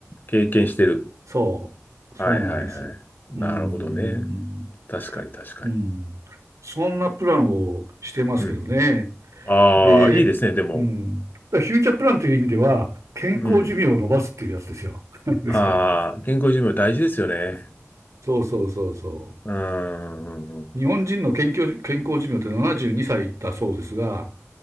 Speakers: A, on the left; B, on the right.
A: 経験してる。
B: そう。
A: はいはいはい。
B: そうなんです。
A: なるほどね。
B: うん。
A: 確かに確かに。
B: うん。そんなプランをしてますけどね。
A: うん。ああ、
B: で、
A: いいですね、でも。
B: うん。だからフューチャープランという意味では、健康寿命を伸ばすっていうやつですよ。
A: うん。
B: <laughs> ですから。
A: ああ、健康寿命大事ですよね。
B: そうそうそうそ
A: うん。
B: う。日本人の健康、健康寿命って72歳だそうですが、